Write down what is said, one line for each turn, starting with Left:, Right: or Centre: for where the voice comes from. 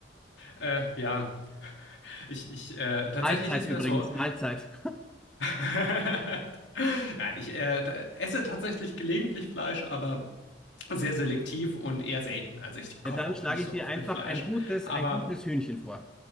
Left: Äh, ja, ich, ich, äh, tatsächlich
Centre: Mahlzeit
Left: ist
Centre: übrigens,
Left: mir das so
Centre: Mahlzeit.
Left: <laughs> Nein, ich äh, t- esse tatsächlich gelegentlich Fleisch, aber sehr selektiv und eher selten. Also ich koche
Centre: Ja, dann
Left: auch
Centre: schlage
Left: nicht
Centre: ich
Left: so
Centre: dir
Left: oft
Centre: einfach
Left: mit Fleisch.
Centre: ein gutes,
Left: Aber
Centre: ein gutes Hühnchen vor.